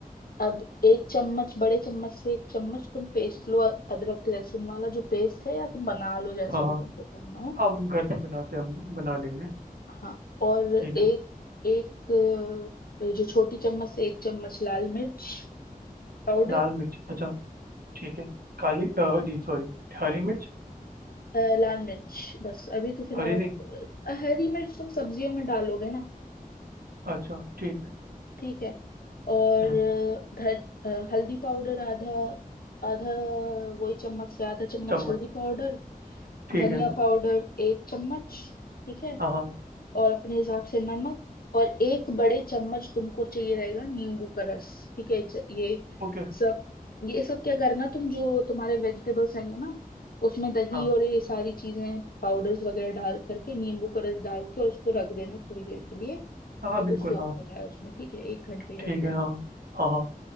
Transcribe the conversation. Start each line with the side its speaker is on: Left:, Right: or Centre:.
Left: अब एक चम्मच बड़े चम्मच से एक चम्मच तुम पेस्ट लो अ- अदरक लहसुन वाला जो पेस्ट है या तुम बना लो जैसा
Right: हाँ
Left: भी तुमको करना हो
Right: हाँ हम घर पे बनाते हैं हम बना लेंगे
Left: हाँ और एक
Right: ठीक है
Left: एक अ, जो छोटी चम्मच से एक चम्मच लाल मिर्च पाउडर
Right: लाल मिर्च अच्छा ठीक है काली अ, नहीं सॉरी हरी मिर्च
Left: अ, लाल मिर्च बस अभी तो फिलहाल
Right: हरी नहीं
Left: अ, हरी मिर्च तुम सब्जियों में डालोगे ना
Right: अच्छा ठीक है
Left: ठीक है और
Right: हम्म,
Left: अ, धर, अ, हल्दी पाउडर आधा आधा वही चम्मच से आधा चम्मच
Right: चम्मच
Left: हल्दी पाउडर
Right: ठीक
Left: धनिया
Right: है
Left: पाउडर एक चम्मच ठीक है
Right: हाँ हाँ
Left: और अपने हिसाब से नमक और एक बड़े चम्मच तुमको चाहिए रहेगा नींबू का रस ठीक है च- ये
Right: ओके
Left: सब ये सब क्या करना तुम जो तुम्हारे वेजिटेबल्स रहेंगे ना उसमें दही
Right: हाँ
Left: और ये सारी चीजें पाउडर्स वगैरह डाल करके नींबू का रस डाल के और उसको रख देना थोड़ी देर के लिए कि
Right: हाँ
Left: वो
Right: बिल्कुल
Left: सोख
Right: हाँ
Left: हो जाए उसमें ठीक है एक घंटे
Right: ठीक
Left: रख देना
Right: है हाँ हाँ हाँ